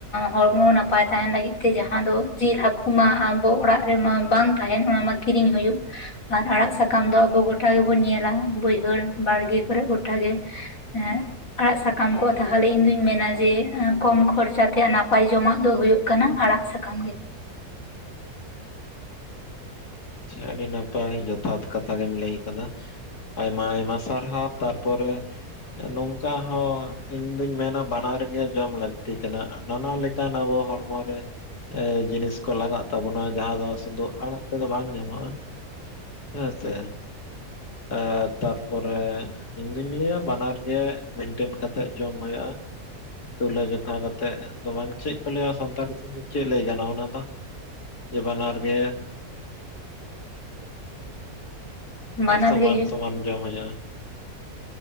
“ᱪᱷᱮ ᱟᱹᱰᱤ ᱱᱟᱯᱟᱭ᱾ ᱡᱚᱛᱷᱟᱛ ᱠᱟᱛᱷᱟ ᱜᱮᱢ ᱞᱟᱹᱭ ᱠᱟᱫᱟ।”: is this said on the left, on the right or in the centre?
Left